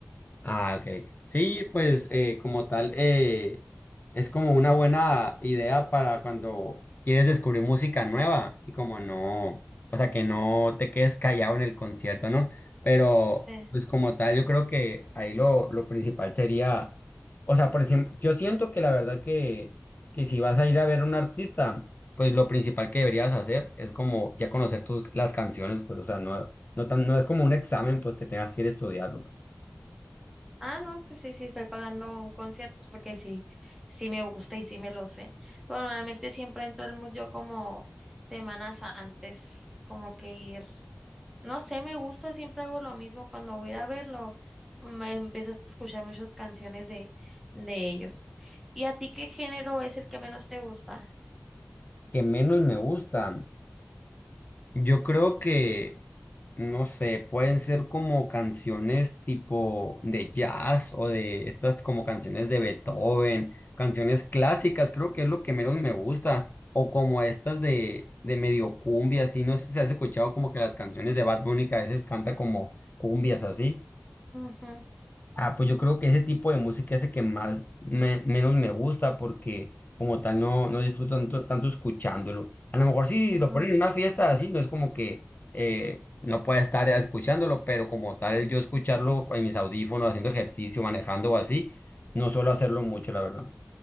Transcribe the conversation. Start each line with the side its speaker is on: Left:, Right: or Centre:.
Left: Ah, ok. Sí, pues eh, como tal, eh, es como una buena idea para cuando quieres descubrir música nueva y como no, o sea, que no te quedes callado en el concierto, ¿no? Pero
Centre: sí.
Left: pues como tal, yo creo que ahí lo, lo principal sería, o sea, por ejemplo, yo siento que la verdad que, que si vas a ir a ver a un artista, pues lo principal que deberías hacer es como ya conocer tus, las canciones, pues, o sea, no, no tan, no es como un examen, pues que tengas que ir a estudiarlo. pues.
Centre: Ah, no, pues sí, sí, estoy pagando conciertos porque sí, sí me gusta y sí me lo sé. Pero normalmente siempre entro al mood yo como semanas antes, como que ir. No sé, me gusta, siempre hago lo mismo cuando voy a ir a verlo. Me empiezo a escuchar muchas canciones de, de ellos. ¿Y a ti qué género es el que menos te gusta?
Left: que menos me gustan. Yo creo que, no sé, pueden ser como canciones tipo de jazz o de estas como canciones de Beethoven, canciones clásicas, creo que es lo que menos me gusta. O como estas de, de medio cumbia, así, no sé si has escuchado como que las canciones de Bad Bunny que a veces canta como cumbias así.
Centre: Ujú,
Left: Ah, pues yo creo que ese tipo de música es el que más me- menos me gusta porque como tal no, no disfruto tanto, tanto escuchándolo. A lo mejor si
Centre: ujú.
Left: lo ponen en una fiesta así, no es como que eh, no pueda estar escuchándolo, pero como tal yo escucharlo en mis audífonos, haciendo ejercicio, manejando o así, no suelo hacerlo mucho, la verdad.